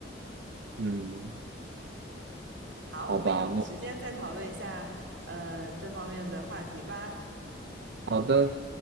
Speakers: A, on the right; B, on the right.
A: 嗯，
B: 好，
A: 好吧，
B: 我们有时间再讨论一下，
A: 那
B: 呃，这方面的话题吧。
A: 好的。